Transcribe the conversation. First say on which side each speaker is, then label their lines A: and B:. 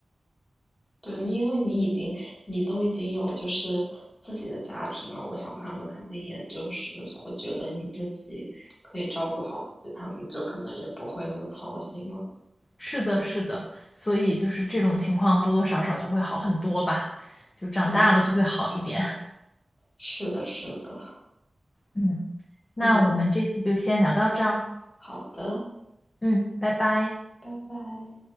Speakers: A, on the left; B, on the left.
A: 对，那因为你已经你都已经有就是自己的家庭了，我想他们肯定也就是会觉得你自己可以照顾好自己，他们就可能也不会那么操心了。
B: 是的，是的，所以就是这种情况多多少少就会好很多吧，就长大了就会好一点。
A: 嗯，
B: <laughs>
A: 是的，是的，
B: 嗯，那我们这次就先聊到这儿。
A: 嗯，好的，
B: 嗯，拜拜。
A: 拜拜。